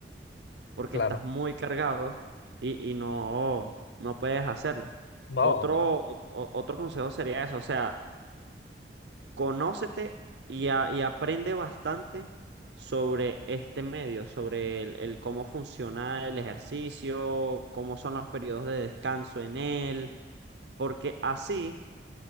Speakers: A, on the right (about 75°); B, on the left (about 70°).
A: porque
B: Claro,
A: estás muy cargado y, y no, no puedes hacerlo.
B: no,
A: Otro,
B: no,
A: o- o- otro consejo sería eso, o sea, conócete y, a- y aprende bastante sobre este medio, sobre el, el cómo funciona el ejercicio, cómo son los periodos de descanso en él, porque así